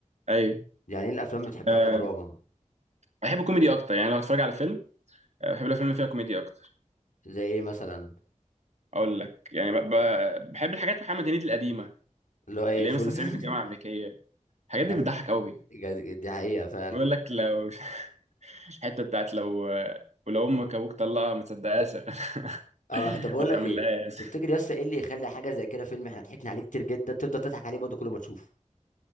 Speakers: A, on the right; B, on the left.
A: ايوه
B: يعني ايه الافلام اللي بتحبها
A: أه
B: كدراما
A: بحب الكوميدي اكتر يعني لو اتفرج على فيلم أه، بحب الافلام اللي فيها كوميديا اكتر
B: زي ايه مثلا
A: اقول لك يعني ب... ب... بحب الحاجات محمد هنيدي القديمه
B: اللي هو ايه
A: اللي
B: فول
A: هي مثلا صعيدي في الجامعه
B: <laughs>
A: الامريكيه الحاجات دي
B: أف-
A: بتضحك قوي
B: جد- دي حقيقه فعلا
A: بيقول لك لو <laughs> الحته بتاعت لو ولو امك ابوك طلقها ما تصدقهاش <laughs>
B: اه طب اقول
A: ما تامنلهاش
B: لك ايه تفتكر يا اسطى ايه اللي يخلي حاجه زي كده فيلم احنا ضحكنا عليه كتير جدا تفضل تضحك عليه برضه كل ما تشوفه